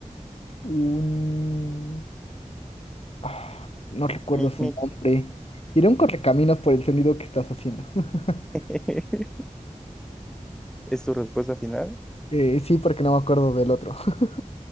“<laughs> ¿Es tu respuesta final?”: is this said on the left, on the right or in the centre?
Centre